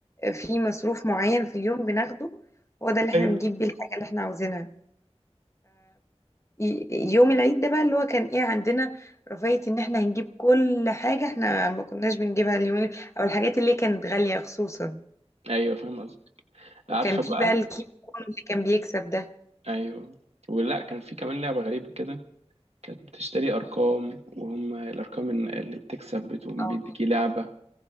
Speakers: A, on the left (about 25°); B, on the right (about 70°).
A: في مصروف معين في اليوم بناخده هو ده اللي
B: ايوه
A: احنا بنجيب بيه الحاجة اللي احنا عاوزينها ي- يوم العيد ده بقى اللي هو كان ايه عندنا رفاهية ان احنا هنجيب كل حاجة احنا ما كناش بنجيبها اليوم اللي- او الحاجات اللي كانت غالية خصوصا
B: ايوه فاهم قصدي
A: وكان
B: عارفه
A: في
B: بقى
A: بقى الكيمو كونو اللي كان بيكسب ده
B: ايوه ولا كان في كمان لعبه غريبه كده كانت بتشتري ارقام وهم الارقام إن- اللي بتكسب بتقوم
A: اه
B: بيديكي لعبه